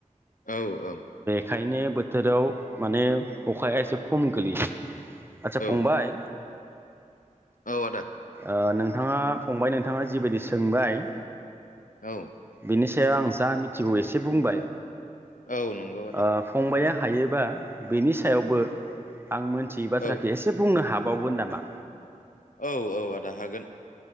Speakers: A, on the left (about 75°); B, on the right (about 15°).
A: औ औ।
B: ओंखायनो बोथोराव माने अखाया एसे खम गोलैयो । आदसा
A: औ
B: फंबाय
A: औ आदा
B: ओ नों नोंथाङा फंबाय नोंथाङा जिबायदि सोंबाय ।
A: औ।
B: बेनि सायाव आं जा मिथिगौ एसे बुंबाय।
A: औ नंगौ आदा
B: ओ फंबाया हायोबा बेनि सायावबो आं मोनथियै बाथ्राखौ
A: औ
B: एसे बुंनो हाब बावगोन नामा?
A: औ औ आदा हागोन।